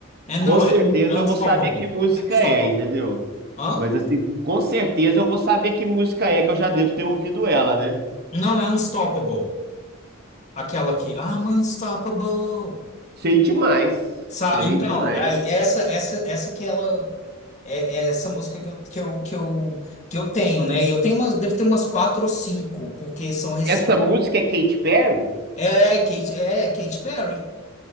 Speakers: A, on the left (about 35°); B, on the right (about 50°).
A: É, não,
B: Com certeza
A: é Unstoppable.
B: eu vou saber que música
A: É Unstoppable.
B: é, entendeu?
A: Hã?
B: Mas assim, com certeza eu vou saber que música é, que eu já devo ter ouvido ela, né?
A: Não, é Unstoppable. Aquela que I'm unstoppable.
B: Sei demais.
A: Sa
B: Sei
A: então,
B: demais.
A: aí essa essa essa que ela é, é essa música que eu, que eu que eu que eu tenho, né? E eu tenho umas devo ter umas quatro ou cinco, porque são recentes.
B: Essa música é Katy Perry?
A: É, Kate, é Katy Perry.